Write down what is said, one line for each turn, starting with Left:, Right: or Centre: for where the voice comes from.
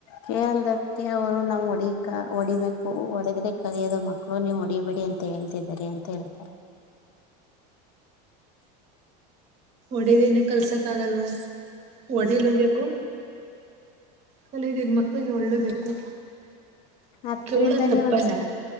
Left: ಕೇಳದಕ್ಕೆ ಅವರು ನಾವು ಹೊಡಿ ಹೊಡಿಬೇಕು ಹೊಡೆದ್ರೆ ಕಲಿಯೋದು ಮಕ್ಕ ಕ್ಕಳು ನೀವು ಹೊಡಿಬೇಡಿ ಅಂತ ಹೇಳ್ತಿದೀರಿ ಅಂತ ಹೇಳ್ತಾರೆ.
Right: ಒಡಿದೇನಿ ಕಲ್ಸಕ ಆಗಲ್ವಾ ಒಡಿಲು ಬೆಕು. ಕಲಿಲಿದ್ದ ಮಕ್ಳಿಗೆ ಒಳ್ಳೇ ಬೇಕು.
Left: ಅದ್ರಿಂದಾನೇ
Right: ಕೇಳೋದ ತಪ್ಪಲ್ಲಾ
Left: ಒಂದ್ಸ